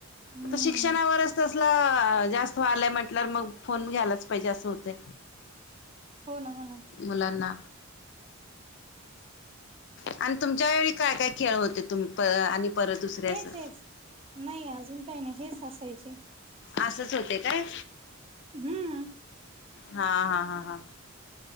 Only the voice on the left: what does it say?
आता शिक्षणावरच त तला... जास्त व्हायलंय म्हटल्या वर मग... फोन घ्यायलाच पाहिजे असं होतय.
मुलांना आणि तुमच्या वेळी काय काय खेळ होते... तुम.. आणि परत? दुसरे
असं
आसेच होते काय?
हा हा हा हा.